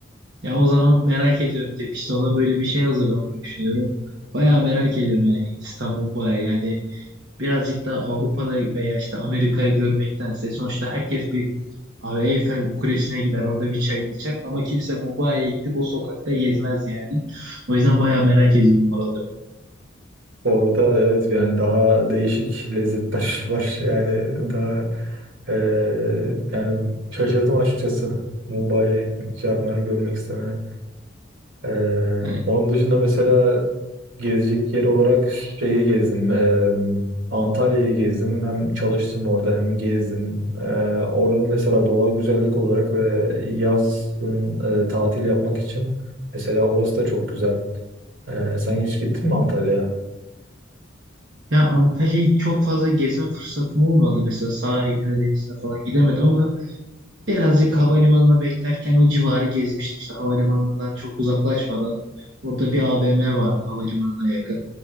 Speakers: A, on the right; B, on the right.
A: Ya o zaman merak ediyorum tepkisi. Ona böyle bir şey hazırlamayı düşünüyorum. Bayağı merak ediyorum ya Hindistan, Mumbai. Yani birazcık daha Avrupa'da veya işte Amerika'yı görmektense sonuçta herkes bir abi Eyfel Kulesi'ne gider orada bir çay içer ama kimse Mumbai'ye gidip o sokakta gezmez yani. O yüzden bayağı merak ediyorum oraları.
B: Orada evet yani daha değişik lezzetler <laughs> var. Yani daha eee, yani şaşırdım açıkçası. Mumbai'ye şey yapmanı görmek istemene. Ee,
A: Yani,
B: onun dışında mesela gezecek yer olarak şeyi gezdim. Ee, Antalya'yı gezdim. Hem çalıştım orada hem gezdim. Ee, oranın mesela doğal güzellik olarak ve yazın e, tatil yapmak için mesela orası da çok güzel. Ee, sen hiç gittin mi Antalya'ya?
A: ya Antalya'yı çok fazla gezme fırsatım olmadı mesela sahiline denizine falan gidemedim ama Birazcık havalimanına beklerken o civarı gezmiştim işte havalimanından çok uzaklaşmadan. Orada bir AVM vardı havalimanına yakın.